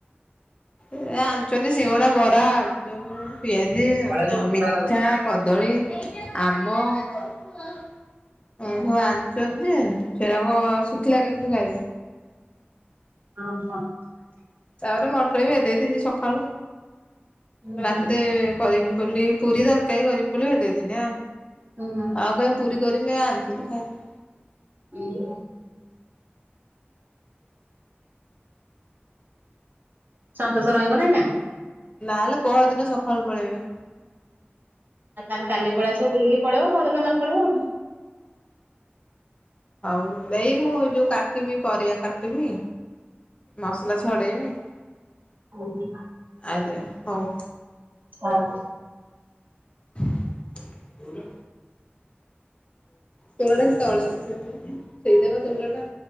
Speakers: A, on the left; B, on the right.
A: ଏ ଆଣିଚନ୍ତି ସିଙ୍ଗଡ଼ା, ବରା, ଆଳୁଚପ। ପିଆଜି ଆଉ
B: ତ
A: ତା
B: ଥଣ୍ଡା
A: ମିଠା,
B: ଲାଗୁଥିଲା
A: କଦଳୀ, ଆମ୍ବ ଏଁ ସବୁ ଆଣଚନ୍ ଯେ ସେରାକ ଶୁଖିଲା କେମିତି ଖାଇବେ?
B: ଓହୋ।
A: ତାପରେ ମଟର ବି ଭେଦେଇଥିନି ସଖାଳୁ
B: ସନ୍ତୋଷ
A: ରାତିରେ କରିମି ବୋଲି ପୁରୀ ତରକାରୀ କରିମି ବୋଲି ଭେଦେଇଥିନି ଆ।
B: ଉଁ
A: ଆଉ କାଇଁ ପୁରୀ କରିିମି ଏ ଆଣଚନ୍ତି ଖାଇଦେ
B: ଉଁ ହୁଁ। ସନ୍ତୋଷ ରହିବ ନା ଏଇନା?
A: ନା ଲୋ ପହଦିନ ସଖାଳୁ ପଳେଇବେ।
B: ଆ ତାନେ କାଲି ପଳିଆସିବ ବୁଲିକି ପଳେଇବ ପହଦିନ ତାନେ ପଳେଇବ।
A: ହଉ ଦେଇ ମୁଁ ଯୋଉ କାଟିବି ପରିବା କାଟିବି ମସଲା ଛଡ଼େଇମି।
B: ଓହୋ।
A: ଆ ଯେ ହଉ।
B: ହଁ।
A: ବୋଉର। ତୋଉଲାଟା ସେ ତଳେ ଅଛି ଦେଖୁନ ସେଇଟା ବା ତୋଉଲଟା।